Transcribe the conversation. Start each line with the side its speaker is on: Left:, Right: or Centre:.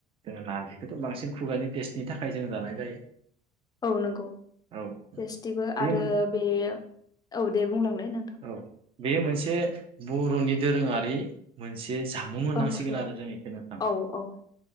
Right: जोङो नारजिखौथ' बांसिन खुगानि टेस्टनि थाखाय जों जानाय जायो
Left: औ नंगौ
Right: औ नोंथां
Left: टेस्टिबो
Right: बे
Left: आरो
Right: मोनसे
Left: बे औ दे बुंलांलाय नोंथां।
Right: औ बेयो मोनसे बर'नि दोरोङारि मोनसे जामुं होननांसिगोन
Left: ओंख्रै
Right: आरो जों एसे नोथां
Left: औ औ